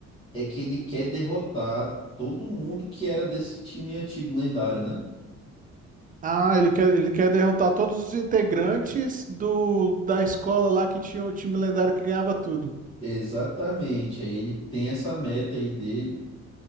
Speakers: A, on the left; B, on the right.
A: é que ele quer derrotar todo mundo que era desse time antigo lendário, né?
B: Ah, ele quer, ele quer derrotar todos os integrantes do da escola lá que tinha o time lendário que ganhava tudo.
A: Exatamente. Aí ele tem essa meta aí dele.